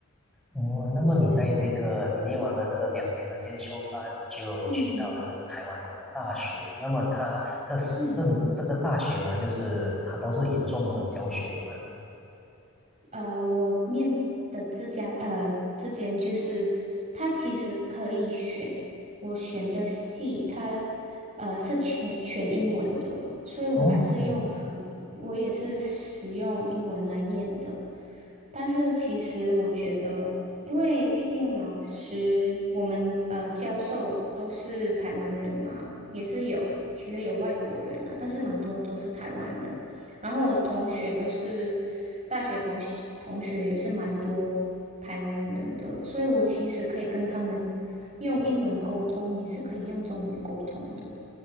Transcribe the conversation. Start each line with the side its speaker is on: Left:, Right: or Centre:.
Centre: 哦，那么你在这个你念完了这个两年的先修班，
Right: 对，
Centre: 你就去到了这个台湾的大学嘛？
Right: 嗯
Centre: 那么它这是这这个大学呢，
Right: 嗯。
Centre: 就是它都是以中文教学的嘛？
Right: 呃，我念的这家呃这间就是它其实可以选我选的系，它呃是全全英文的，所以我还是用呃我也是使用英文来念的。
Centre: 哦哦，
Right: 但是其实我觉得，因为毕竟老师，我们呃教授都是台湾人嘛，也是有其实有外国人啦，但是蛮多都是台湾人。然后我同学都是大学同学同学也是蛮多台湾人的，所以我其实可以跟他们用英文沟通，也是可以用中文沟通的。